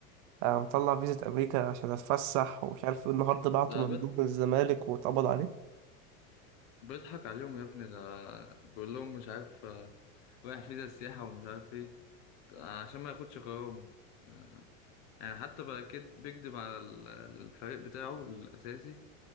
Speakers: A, on the right; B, on the left.
A: انا مطلع فيزا امريكا عشان اتفسح ومش عارف ايه النهارده بعته
B: ده
A: مندوب
B: بيض-
A: من الزمالك واتقبض عليه
B: بيضحك عليهم يا ابني ده بيقول لهم مش عارف آه، رايح فيزا السياحة ومش عارف ايه آه، عشان ما ياخدش غرامة آه، يعني حتى بقى كد بيكدب على ال- الفريق بتاعه الأساسي